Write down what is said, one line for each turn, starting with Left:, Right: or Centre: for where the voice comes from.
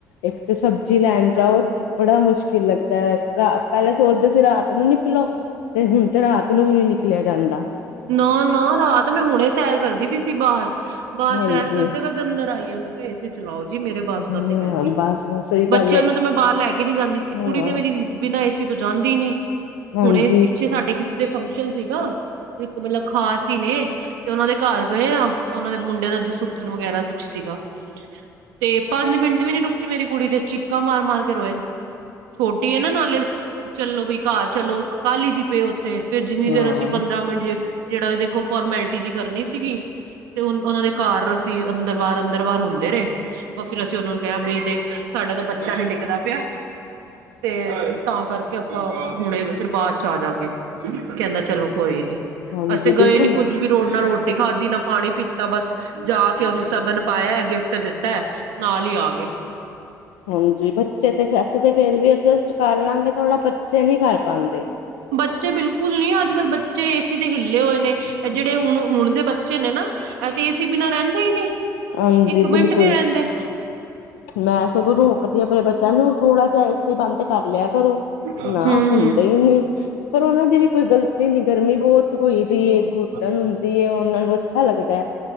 Left: ਇੱਕ ਤਾਂ ਸਬਜ਼ੀ ਲੈਣ ਜਾਓ ਬੜਾ ਮੁਸ਼ਕਿਲ ਕੀ ਲੱਗਦਾ ਹੈ ਰਾ ਪਹਿਲਾਂ ਸੋਚਦੇ ਸੀ ਰਾਤ ਨੂੰ ਨਿਕਲੋ ਤੇ ਹੁਣ ਤੇ ਰਾਤ ਨੂੰ ਵੀ ਨੀ ਨਿਕਲਿਆ ਜਾਂਦਾ
Right: ਨਾ ਨਾ ਰਾਤ ਮੈਂ ਹੁਣੇ ਸੈਰ ਕਰਦੀ ਪਈ ਸੀ ਬਾਹਰ ਬਾਹਰ
Left: ਹਾਂਜੀ।
Right: ਸੈਰ ਕਰਦੇ ਕਰਦੇ ਅੰਦਰ ਆਈ ਹਾਂ ਮੈਂ ਕਿਹਾ ਏਸੀ ਚਲਾਓ ਜੀ ਮੇਰੇ ਵਸ
Left: ਹਾਂ
Right: ਤਾਂ ਤੇ ਹੈ ਨੀ
Left: ਬਸ ਸਹੀ
Right: ਬੱਚਿਆਂ
Left: ਗੱਲ ਏ
Right: ਨੂੰ ਤੇ ਮੈਂ ਬਾਹਰ ਲੈ ਕੇ ਨੀ ਜਾਂਦੀ
Left: ਹਾਂ
Right: ਕੁੜੀ ਤੇ ਮੇਰੀ ਬਿਨਾਂ ਏਸੀ ਤੋਂ ਜਾਂਦੇ ਨੀ
Left: ਹਾਂਜੀ-ਹਾਂਜੀ।
Right: ਹੁਣੇ ਪਿੱਛੇ ਸਾਡੇ ਕਿਸੇ ਦੇ ਫੰਕਸ਼ਨ ਸੀਗਾ ਇੱਕ ਮਤਲਬ ਖਾਸ ਹੀ ਨੇ ਤੇ ਉਹਨਾਂ ਦੇ ਘਰ ਗਏ ਆ ਉਹਨਾਂ ਦੇ ਮੁੰਡੇ ਦਾ ਦਸੁੱਠਣ ਵਗੈਰਾ ਕੁਛ ਸੀਗਾ ਤੇ
Left: ਹੂੰ,
Right: ਪੰਜ ਮਿੰਟ ਵੀ ਨੀ ਰੁਕੀ ਮੇਰੀ ਕੁੜੀ ਤੇ ਚੀਕਾਂ ਮਾਰ ਮਾਰ ਕੇ ਰੋਏ ਛੋਟੀ ਹੈ ਨਾ ਨਾਲੇ ਚਲੋ ਬਈ ਘਰ ਚਲੋ ਕਾਹਲੀ ਹੀ ਜੀ ਪਏ ਉੱਥੇ ਫੇਰ ਜਿੰਨੀ
Left: ਹਾਂ।
Right: ਦੇਰ ਅਸੀਂ ਪੰਦਰਾਂ ਮਿੰਟ ਜੇ ਜਿਹੜਾ ਕਿ ਦੇਖੋ ਫੋਰਮੈਲਿਟੀ ਜਿ ਕਰਨੀ ਸੀਗੀ ਤੇ ਉਹ ਉਹਨਾਂ ਦੇ ਘਰ ਅੰਦਰ ਵਾਰ ਅੰਦਰ ਵਾਰ ਹੁੰਦੇ ਰਹੇ ਬਹ ਫਿਰ ਅਸੀਂ ਉਹਨਾ ਨੂੰ ਕਿਹਾ ਬਈ ਦੇਖ ਸਾਡਾ ਤਾਂ ਬੱਚਾ ਨੀ ਟਿੱਕਦਾ ਪਿਆ ਤੇ ਤਾਂ ਕਰਕੇ ਆਪਾਂ ਹੁਣੇ ਫਿਰ ਬਾਅਦ ਚ ਆ ਜਾਂਗੇ ਕਹਿੰਦਾ ਚਲੋ ਕੋਈ ਨੀ
Left: ਹਾਂਜੀ,
Right: ਅਸੀਂ ਤੇ
Left: ਬਿਲਕੁਲ
Right: ਗਏ ਨੀ ਕੁੱਝ ਵੀ ਰੋਡ ਨਾਲ ਰੋਡ ਰੋਟੀ ਖਾਧੀ ਨਾ ਪਾਣੀ ਪੀਤਾ ਬਸ ਜਾ ਕੇ ਉਹਨੂੰ ਸ਼ਗਨ ਪਾਇਆ ਗਿਫਟ ਦਿੱਤਾ ਨਾਲ ਹੀ ਆ ਗਏ
Left: ਹਾਂਜੀ, ਬੱਚੇ ਤੇ ਅਸੀਂ ਤੇ ਫੇਰ ਵੀ ਅਡਜਸਟ ਕਰ ਲਾਂਗੇ ਥੋੜ੍ਹਾ ਬੱਚੇ ਨਹੀਂ ਕਰ ਪਾਂਦੇ।
Right: ਬੱਚੇ ਬਿਲਕੁਲ ਨੀ ਅੱਜ ਕੱਲ੍ਹ ਬੱਚੇ ਏ ਸੀ ਦੇ ਹਿੱਲੇ ਹੋਏ ਨੇ ਜਿਹੜੇ ਹੁਣ ਹੁਣ ਦੇ ਬੱਚੇ ਨੇ ਨਾ ਇਹ ਤੇ ਏਸੀ ਬਿਨਾ ਰਹਿੰਦੇ ਹੀ ਨਹੀਂ
Left: ਹਾਂਜੀ,
Right: ਇੱਕ ਮਿੰਟ
Left: ਬਿਲਕੁਲ
Right: ਨੀ ਰਹਿੰਦੇ
Left: ਮੈਂ ਸਗੋਂ ਰੋਕਦੀ ਆ ਮਰੇ ਬੱਚਿਆਂ ਨੂੰ ਥੋੜਾ ਜਿਹਾ ਏਸੀ ਬੰਦ ਕਰ ਲਿਆ ਕਰੋ
Right: ਹੂੰ
Left: ਨਾ ਸੁਣਦੇ ਹੀ ਨਹੀਂ ਪਰ ਉਹਨਾਂ ਦੀ ਕੋਈ ਗਲਤੀ ਨੀ ਗਰਮੀ ਬਹੁਤ ਹੋਈ ਦੀ
Right: ਹੂੰ
Left: ਘੁਟਣ ਹੁੰਦੀ ਉਹਨਾਂ ਨੂੰ ਅੱਛਾ ਲੱਗਦਾ ਹੈ